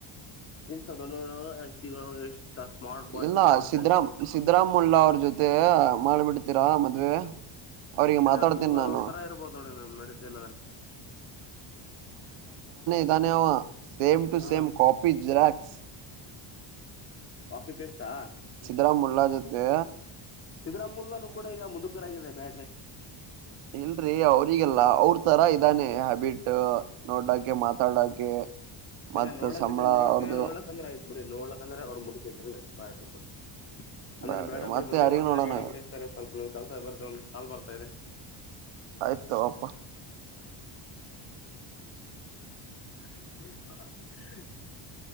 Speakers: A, on the left; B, on the right.
A: ಇಂತ ದೊಡ್ಡ ದೊಡ್ಡ ವ್ಯಕ್ತಿಗಳು ಎಷ್ಟು. ತ ಸ್ಮಾರ್ಟ್ ಬಾಯ್
B: ಇಲ್ಲ
A: ಇದ್ರ ನಡೀತೆ.
B: ಸಿದ್ದರಾಮ್ ಸಿದ್ದರಾಮುಲ್ಲಾ ಅವ್ರ ಜೊತೆ ಮಾಡ ಬಿಡ್ತೀರಾ ಮದ್ವೆ. ಅವ್ರಿಗೆ
A: ಸಿದ್ದರಾಮುಲ್
B: ಮಾತಾಡ್ತೀನಿ ನಾನು
A: ಅವ್ರ ತರ ಇರ್ಬೋದು ನೋಡಿ. ನ್ ನಡೀತ ಇಲ್ಲದ್ರ.
B: ದ್ದಾನೆ ಅವ. ಸೇಮ್ ಟು
A: ಹಾಂ
B: same copy xerox
A: coffee ಪೆಸ್ಟಾ.
B: ರ ಮುಲ್ಲಾಜೋತೆ.
A: ಸಿದ್ದರಾಮುಲ್ಗಾನೂ ಕೂಡ ಈಗ ಮುದುಕರ ಆಗಿದೆ ಬ್ಯಾಡ್ರಿ.
B: ಇಲ್ರಿ ಅವ್ರಿಗೆಲ್ಲ ಅವ್ರ ತರ ಇದಾನೆ ಹ್ಯಾಬಿಟ್ ನೋಡಕೆ ಮಾತಾಡಕೆ. ಮತ್
A: ಅದೇ ನೋಡಕಿದ್ರ
B: ಸಂಬಳ
A: ನೋಡಕೆ
B: ಅವ್ರದು
A: ನೋಡ್ಲಕ್ಕಂದ್ರ ಆಯ್ತು. ಬಿಡಿ ನೋಡ್ಲಕ್ಂದ್ರ ಅವ್ರ ಮುದುಕ ಇದ್ದಂಗ ಐತ ಬಾಳಂದ್ರ ಬಿಡಿ. ಅಂದ್ರೆ
B: ಬ್ಯಾಡ್ರಿ
A: ಬೇಡ ಬೀಡಿ
B: ಮತ್ತೆ
A: ಮದುವೆ
B: ಯಾರಿಗ್
A: ಮಾಡಸದೆ
B: ನೋಡೋಣ
A: ಬ್ಯಾಡ ಬಿಡಿಸರ ಸ್ವಲ್ಪ. ಕೆಲ್ಸ ಬರ್ತ ಒನ್ ಕಾಲ್ ಬರ್ತಾ ಇದೆ.
B: ಆಯ್ತು ತೋಪ.
A: ಹ್ಮ್ಮ್. <unintelligible>